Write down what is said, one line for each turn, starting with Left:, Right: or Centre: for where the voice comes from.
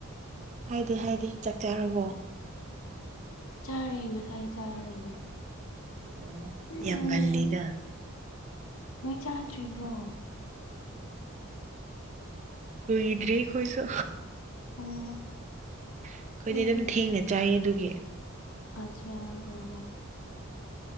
Right: ꯍꯥꯏꯗꯦ ꯍꯥꯏꯗꯦ ꯆꯥꯛ ꯆꯥꯔꯕꯣ
Left: ꯆꯥꯔꯦ ꯉꯁꯥꯏ ꯆꯥꯔꯦꯗ
Right: ꯑꫭ
Left: ꯎꯝ
Right: ꯌꯥꯝ ꯉꯜꯂꯤꯗ
Left: ꯅꯣꯏ ꯆꯥꯗ꯭ꯔꯤꯕ꯭ꯔꯣ
Right: ꯀꯨꯏꯗ꯭꯭ꯔꯤ ꯈꯣꯏꯁꯨ
Left: ꯑꯣ
Right: ꯑꯩꯈꯣꯏꯗꯤ
Left: ꯍꯣꯏꯗ
Right: ꯑꯗꯨꯝ ꯊꯦꯡꯅ
Left: ꯍꯥꯏꯗꯤ
Right: ꯆꯥꯏꯌꯦ ꯑꯗꯨꯒꯤ
Left: ꯑꯠꯁꯥ ꯑꯣ